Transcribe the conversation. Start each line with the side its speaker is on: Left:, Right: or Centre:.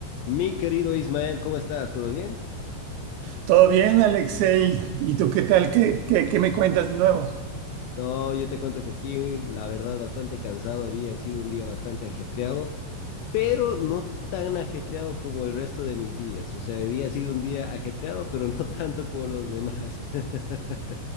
Left: Mi querido Ismael, ¿cómo estás? ¿Todo bien?
Right: Todo bien, Alexei. ¿Y tú qué tal? ¿Qué, qué, qué me cuentas de nuevo?
Left: No, yo te cuento que aquí, la verdad, bastante cansado día, ha sido un día bastante ajetreado, pero no tan ajetreado como el resto de mis días. O sea, hoy día ha sido un día ajetreado, pero <laughs> no tanto como los demás. <laughs>